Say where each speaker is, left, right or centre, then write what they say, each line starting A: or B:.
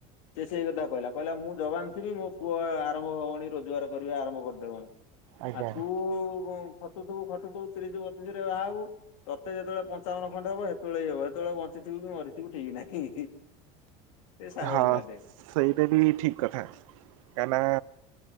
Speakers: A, on the left; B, on the right.
A: ସେ ସେଇ କଥା କହିଲା କହିଲା ମୁଁ ଯବାନ ଥିବି ମୋ ପୁଅ ଆରମ୍ଭ ହବନି ରୋଜଗାର କରିବା ଆରମ୍ଭ କରିଦବଣି।
B: ଆଜ୍ଞା।
A: ଆଉ ତୁ ଖଟୁ ଥୁବୁ ଖଟୁ ଥୁବୁ ତିରିସି ବ ରେ ବାହାହବୁ ତତେ ଯେତେବେଳେ ପଞ୍ଚାବନ ଖଣ୍ଡେ ହବ ତଳେ ହବ ଏତେବେଳେ ବଞ୍ଚିଥିବୁ କି ମରିଥିବୁ ଠିକ ନାହିଁ। ସେ ସାଙ୍ଗ
B: ହଁ
A: ପିଲାଟେ
B: ସେଇଟା ବି ଠିକ କଥା କାହିଁକି ନା